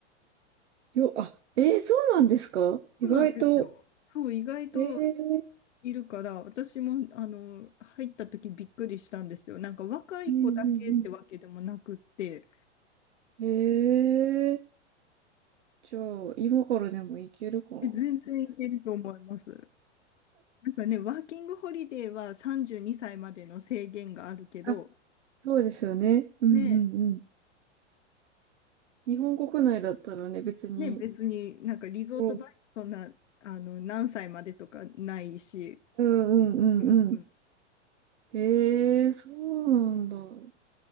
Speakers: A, on the right; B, on the left.
A: う。よ、あ、えー、そうなんですか意外と。
B: そうなんですよ。そう意外と
A: ええ
B: いるから、私もあの入った時びっくりしたんですよ。なんか若い子だけってわけでもなくって、
A: うんうんうん。ええじゃあ、今からでもいけるかな。
B: え全然いけると思います。なんかね、ワーキングホリデーは32歳までの制限があるけど、
A: あ、そうですよね。うんうんうん。
B: ね、
A: 日本国内だったらね、別に。
B: ね、別になんかリゾートバイトそんなあの何歳までとかないし、
A: もうん、うんうんうんうん。
B: うんうん、
A: ええそうなんだ。ちょっ